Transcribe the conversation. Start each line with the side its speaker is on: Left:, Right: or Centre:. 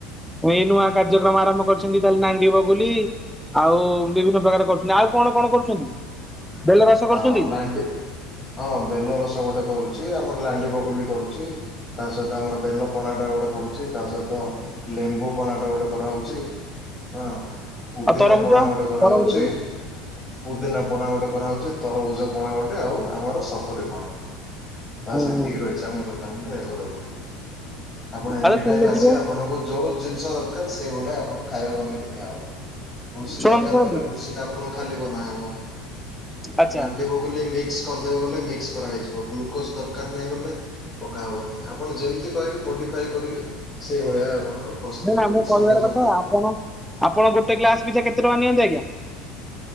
Centre: ପୁଣି ଏଇ ନୂଆ କାର୍ଯ୍ୟକ୍ରମ ଆରମ୍ଭ କରିଛନ୍ତି ତାହେଲେ ନାଣ୍ଡି ବଗୁଲି। ଆଉ ବିଭିନ୍ନ ପ୍ରକାର କରୁଛନ୍ତି ଆଉ କଣ କଣ କରୁଛନ୍ତି ବେଲ ରଷ
Left: ହଁ
Centre: କରୁଛନ୍ତି।
Left: ଲାଣ୍ଡି ହଁ ବେଲ ରସ ଗୋଟେ କରୁଛି ଆମର ଲାଣ୍ଡି ବଗୁଲି କରୁଛି। ତା ସହିତ ଆମର ବେଲ ପଣା ଟା ଗୋଟେ କରୁଛି ତା ସହିତ। ଲେମ୍ବୁ ପଣାଟା ଗୋଟେ କରା ହଉଛି ହଁ, ପୁଦିନା
Centre: ଆଉ ତରଭୁଜ
Left: ପଣା ଗୋଟେ କରା
Centre: ତରଭୁଜ
Left: ହଉଛି।
Centre: ଯୋଉ
Left: ପୁଦିନା ପଣା ଗୋଟେ କରାହଉଛି ତରଭୁଜ ପଣା ଗୋଟେ ଆଉ ଆମର ସପୁରୀ ପଣା। ବାସ
Centre: ହୁଁ
Left: ଏତିିକି ରହିଛି ଆମର ଦୋକାନ ରେ ଭଲ ଭଲ। ଆପଣ
Centre: ଆରେ
Left: ଏନି
Centre: ଶୁଣିଲେ
Left: ଟାଇମ ଆସିବେ
Centre: ଟିକେ
Left: ଆପଣଙ୍କୁ ଯୋଉ। ଜିନିଷ ଦରକାର୍ ସେଇ ଭଳିଆ ଆପଣଙ୍କୁ ଖାଇବା ବନେଇ କି ଦିଆ ହବ ଭୁଷି
Centre: ଶୁଣନ୍ତୁ
Left: ଦରକାର
Centre: ଶୁଣନ୍ତୁ
Left: ବୋଇଲେ ଭୁଷି। ତ ଆପଣଙ୍କୁ ଖାଲି ବନାହବ।
Centre: ଆଚ୍ଛା
Left: ଲାଣ୍ଡି ବଗୁଲି ମିକ୍ସ କରିଦବ ବୋଲେ ମିକ୍ସ କରା ହେଇଯିବ ଗ୍ଲୁକୋଜ ଦରକାର ନାହିଁ ବୋଲେ। ପକାହବନି ଆପଣ ଯେମିତି କହିବେ ମୋଡିଫାଏ କରିକି। ସେଇଭଳିଆ ଆପଣଙ୍କୁ ପ୍ରସ୍ତୁତ
Centre: ନା ନା
Left: କରିକି
Centre: ମୁଁ କହିବାର
Left: ସଙ୍ଗେ
Centre: କଥା
Left: ସଙ୍ଗେ।
Centre: ଆପଣ। ଆପଣ ଗୋଟେ ଗ୍ଲାସ ପିଛା କେତେ ଟଙ୍କା ନିଅନ୍ତି ଆଜ୍ଞା।